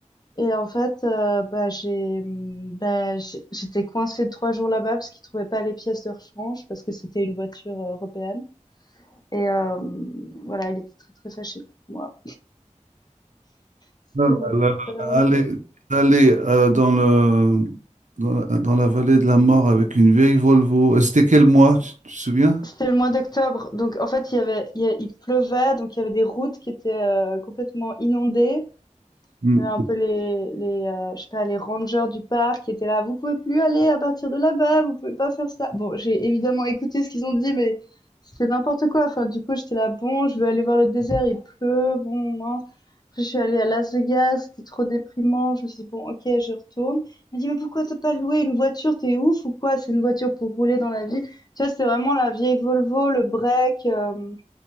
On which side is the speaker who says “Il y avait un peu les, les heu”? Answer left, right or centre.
Left